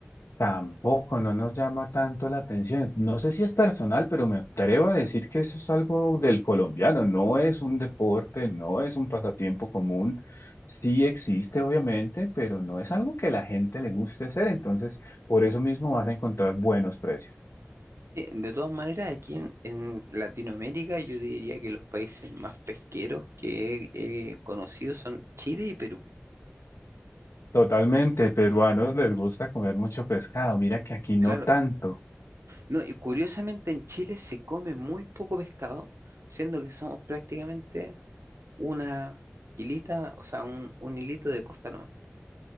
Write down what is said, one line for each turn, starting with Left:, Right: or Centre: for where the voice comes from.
Left: Tampoco, no nos llama tanto la atención. No sé si es personal, pero me atrevo a decir que eso es algo del colombiano. No es un deporte, no es un pasatiempo común. Sí existe, obviamente, pero no es algo que la gente le guste hacer. Entonces, por eso mismo vas a encontrar buenos precios.
Right: Sí, de todas maneras, aquí en, en Latinoamérica yo diría que los países más pesqueros que he, he conocido son Chile y Perú.
Left: Totalmente, peruanos les gusta comer mucho pescado. Mira que aquí no
Right: Claro.
Left: tanto.
Right: No, y curiosamente en Chile se come muy poco pescado, siendo que somos prácticamente una hilita, o sea, un, un hilito de costa nomás.